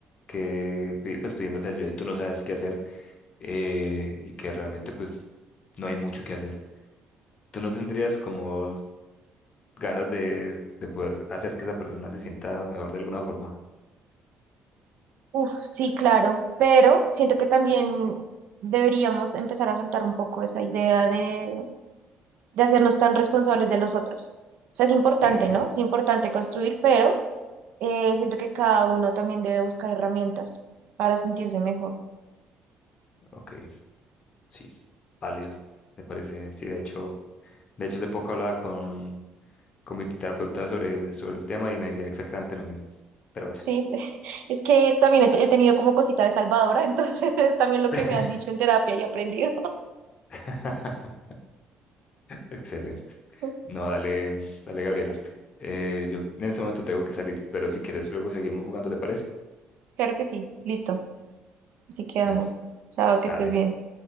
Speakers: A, on the left (about 40°); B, on the right (about 70°).
A: que, pi- pues, pidiéndote ayuda y tú no sabes qué hacer eh, y que realmente pues no hay mucho que hacer, ¿tú no tendrías como ganas de, de poder hacer que esa persona se sienta mejor de alguna forma?
B: Uf, sí, claro, pero siento que también deberíamos empezar a soltar un poco esa idea de, de hacernos tan responsables de los otros. O sea, es importante,
A: Eh,
B: ¿no? Es importante construir, pero eh, siento que cada uno también debe buscar herramientas para sentirse mejor.
A: ok, sí, válido, me parece. Sí, de hecho, de hecho hace poco hablaba con, con mi terapeuta sobre, sobre el tema y me decía exactamente lo mismo. Pero bueno.
B: Sí, <laughs> es que también he, te- he tenido como cosita de salvadora, <laughs> entonces es también lo que
A: <laughs>
B: me han dicho en terapia y he aprendido.
A: <laughs> Excelente.
B: <laughs>
A: No, dale, dale, Gabriela. Eh, yo en este momento tengo que salir, pero si quieres luego seguimos jugando, ¿te parece?
B: Claro que sí, listo, así quedamos.
A: Es-
B: Chao, que
A: dale,
B: estés bien.